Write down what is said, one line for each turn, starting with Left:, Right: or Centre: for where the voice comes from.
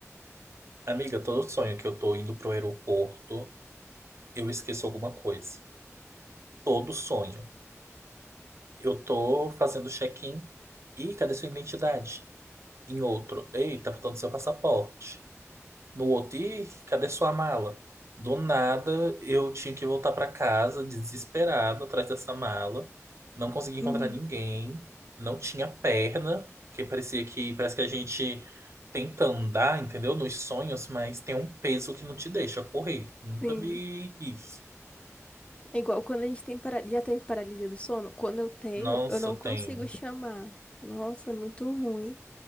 Right: Amiga, todo sonho que eu tô indo pro aeroporto, eu esqueço alguma coisa. Todo sonho. Eu tô fazendo check-in. Ih, cadê sua identidade? Em outro. Ei, tá faltando seu passaporte. no outro, cadê sua mala? Do nada, eu tinha que voltar pra casa, desesperado, atrás dessa mala. Não consegui encontrar
Left: Uhum.
Right: ninguém, não tinha perna, porque parecia que parece que a gente tenta andar, entendeu? Nos sonhos, mas tem um peso que não te deixa correr. Eu nunca
Left: Sim.
Right: vi isso.
Left: É igual quando a gente tem para... já teve paralisia do sono. Quando eu tenho,
Right: Nossa,
Left: eu não
Right: tenho,
Left: consigo chamar. Nossa, é muito ruim.